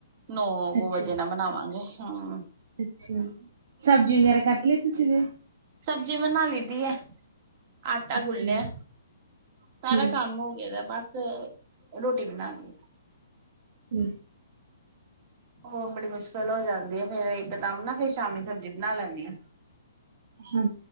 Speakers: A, on the right; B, on the right.
A: ਨੌ
B: ਅੱਛਾ
A: ਵਜੇ
B: ਜੀ,
A: ਨਾਲ ਬਣਾਵਾਂਗੇ ਹੂੰ।
B: ਅੱਛਾ ਸਬਜ਼ੀ ਵਗੈਰਾ ਕੱਟ ਲਈ ਤੁਸੀਂ ਦੀਦੀ।
A: ਸਬਜ਼ੀ ਬਣਾ ਲਈ ਦੀ ਹੈ। ਆਟਾ
B: ਅੱਛਾ
A: ਗੁਲਿਆ
B: ਜੀ,
A: ਸਾਰਾ
B: ਠੀਕ,
A: ਕੰਮ ਹੋ ਗਦਾ ਬਸ ਰੋਟੀ ਬਣਾਨੀ।
B: ਹਮ
A: ਹੋ ਬੜੀ ਮੁਸ਼ਕਿਲ ਹੋ ਜਾਂਦੀ ਐ ਫੇਰ ਇੱਕਦਮ ਨਾ ਫੇਰ ਸ਼ਾਮੀ ਸਬਜ਼ੀ ਬਣਾ ਲੈਂਨੀ ਆ।
B: ਹਾਂ